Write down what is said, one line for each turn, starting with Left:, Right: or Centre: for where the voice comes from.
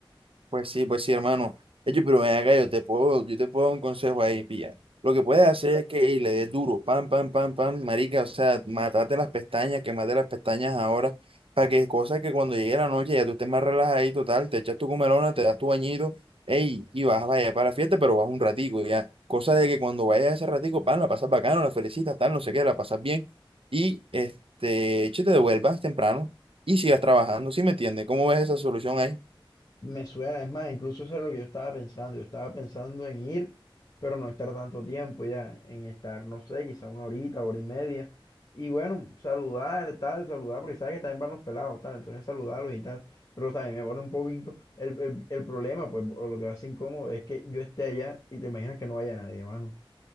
Right: Pues sí, pues sí, hermano. Oye, pero ven acá, yo te puedo, yo te puedo dar un consejo ahí, pilla. Lo que puedes hacer es que ey, le des duro, pam, pam, pam, pam, marica, o sea, matate las pestañas, quemate las pestañas ahora, para que cosas que cuando llegue la noche ya tú estés más relajado total, te echas tu comelona, te das tu bañito, ey, y vas vaya para la fiesta, pero vas un ratico, ya. Cosa de que cuando vayas ese ratico, pam, la pasas bacano, la felicitas, tal, no sé qué, la pasas bien, y este, che, te devuelvas temprano y sigas trabajando, ¿sí me entiendes? ¿Cómo ves esa solución ahí?
Left: Me suena, es más, incluso eso es lo que yo estaba pensando. Yo estaba pensando en ir, pero no estar tanto tiempo ya, en estar, no sé, quizá una horita, hora y media. Y bueno, saludar, tal, saludar, porque sabes que también van los pelados, tal, entonces saludarlos y tal. Pero también me pone un poquito el, el, el problema, pues, o lo que va a ser incómodo es que yo esté allá y te imaginas que no vaya nadie, mano.